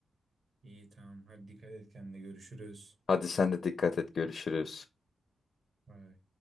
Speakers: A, on the right; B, on the left.
A: İyi tamam hadi dikkat et kendine görüşürüz.
B: Hadi sen de dikkat et görüşürüz.
A: Bay bay.